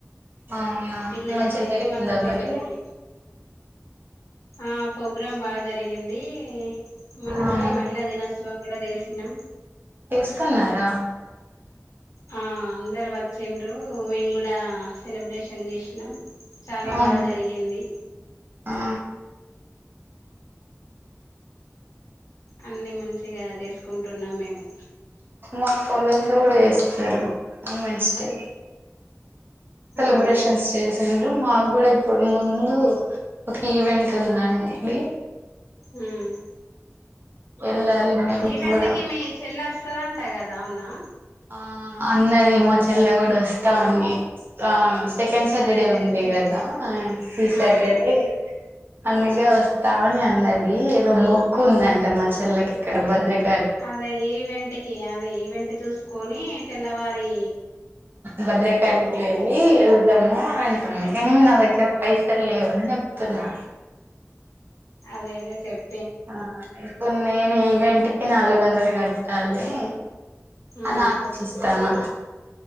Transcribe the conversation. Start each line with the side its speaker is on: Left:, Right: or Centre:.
Right: అవునా
Left: పిల్లలకి
Right: మంచిగా
Left: సిక్స్
Right: జరిగిందా
Left: మంత్స్ పిల్లలకి
Right: మరి
Left: ఆ ఫ భ్రం బాగ జరిగింది. మొన్ననే
Right: అవునా
Left: మహిళా దినోత్సవం గుడా చేసినాం.
Right: కున్నారా
Left: ఆ అందరు వచ్చింన్రూ మేం గుడా సెలబ్రేషన్స్ చేసినాం చాలా
Right: అవును
Left: బాగా జరిగింది.
Right: ఆ
Left: అన్ని మంచిగా చేసుకుంటున్నాం మేము
Right: మా కాలేజ్లో గుడా చేస్తరు ఉమెన్స్ డే సెలబ్రేషన్స్
Left: అవునా
Right: చేసిండు మాకు గూడా ఇప్పుడు ముందు ఒక ఈవెంట్ ఉందండి
Left: మ్మ్.
Right: వెళ్ళాలి మేము
Left: ఈవెంట్
Right: కూడా
Left: కి మీ చెల్ల స్ వస్తదంట కదా అవునా
Right: ఆ అన్నది మా చెల్ల గుడా వస్తాంది ఆ సెకండ్ సాటర్డే
Left: అదే తెలిసింది
Right: ఉంది కదా ఈ సాటర్డే
Left: ఆ
Right: అందుకే వస్తా అని అన్నది ఏదో మొక్కు ఉందంట మా చెల్లకి ఇక్కడ భద్రక
Left: అదే ఈవెంట్ కి అదే ఈవెంట్ చూస్ కొని తెల్లవారీ
Right: భద్రకాళీకి వెళ్ళి వెళ్తాము అని కని నా దగ్గర పైసల్ లేవు అని చెప్తున్నా
Left: అదే అదే చెప్
Right: ఆ ఇప్పుడ్ నేన్ రెంట్ కి నాలుగు వందలు కట్టాలే
Left: ఉమ్
Right: అనాలోచిస్తాన్నా